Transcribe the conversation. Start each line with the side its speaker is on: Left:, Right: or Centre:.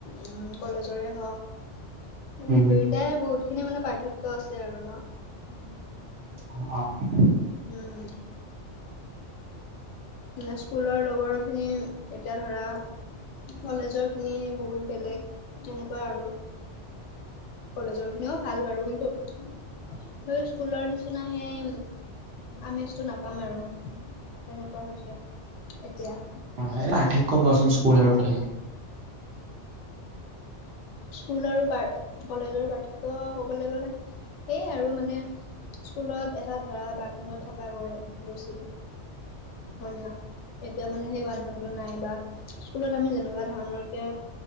Left: উম কলেজৰে হওক। ম
Right: হম
Left: দুয়োটাই বহুত খিনি মানে পাৰ্থক্য আছে আৰু ন।
Right: অৱ অৱ।
Left: উম। মানে স্কুলৰ লগৰখিনি এতিয়া ধৰা কলেজৰ খিনি বহুত বেলেগ তেনেকুৱা আৰু। কলেজৰ খিনিও ভাল বাৰু কিন্তু স্কুলৰ নিচিনা সেই আমেজটো নাপাম আৰু তেনেকুৱা হৈছে এতিয়া।
Right: হে পাৰ্থক্য কোৱাচোন স্কুল আৰু কলেজৰ?
Left: স্কুল আৰু প কলেজৰ পাৰ্থক্য ক'বলৈ গ'লে সেই আৰু মানে স্কুলত এটা ধৰা বান্ধোনত থকা গৈ গৈছিলোঁ। হয় ন এতিয়া মানে সেই বান্ধোনটো নাই বা স্কুলত আমি যেনেকুৱা ধৰণৰ কে